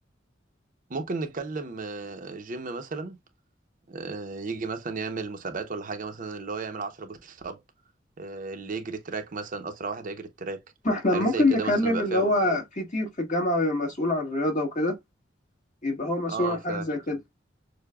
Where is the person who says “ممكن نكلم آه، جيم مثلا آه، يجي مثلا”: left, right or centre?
Right